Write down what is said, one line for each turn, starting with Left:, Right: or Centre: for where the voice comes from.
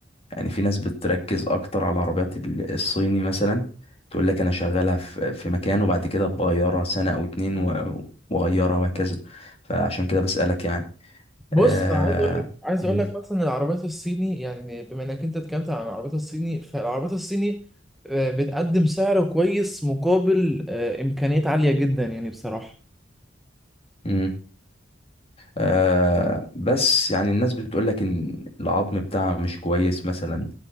Left: يعني في ناس بتركز اكتر على عربيات ال- الصيني مثلا تقول لك انا شغالها في في مكان وبعد كده بغيرها سنة او اتنين و- واغيرها وهكذا فعشان كده بسألك يعني
Centre: بص
Left: آه
Centre: عايز اقول لك عايز
Left: مم.
Centre: اقول لك مثلا العربيات الصيني يعني بما انك انت اتكلمت عن العربيات الصيني فالعربيات الصيني آه، بتقدم سعر كويس مقابل آه، امكانيات عاليه جدا يعني بصراحه
Left: مم. آه بس يعني الناس بتقول لك ان العظم بتاعها مش كويس مثلا